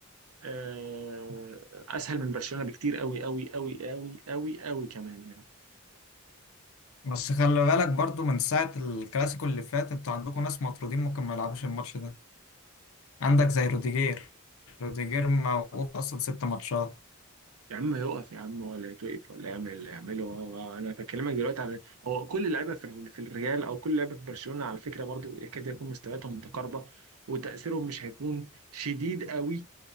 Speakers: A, on the right; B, on the left.
A: آه، اسهل من برشلونه بكتير قوي قوي قوي قوي قوي قوي كمان
B: بس خلي بالك برضو من ساعه الكلاسيكو اللي فات انتوا عندكم ناس مطرودين ممكن ما يلعبوش الماتش ده عندك زي روديجير روديجير موقوف اصلا ست ماتشات
A: يا عم يقف يا عم ولا يتوقف ولا يعمل اللي يعمله هو- هو- انا بكلمك دلوقتي على هو كل اللعيبه في في الريال او كل لعيبه في برشلونه على فكره برضو يكاد يكون مستوياتهم متقاربه وتاثيرهم مش هيكون شديد قوي